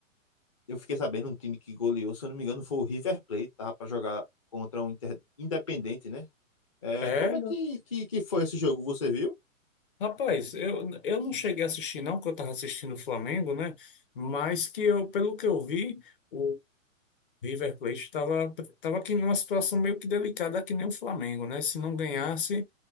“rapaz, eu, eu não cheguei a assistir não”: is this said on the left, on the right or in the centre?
Left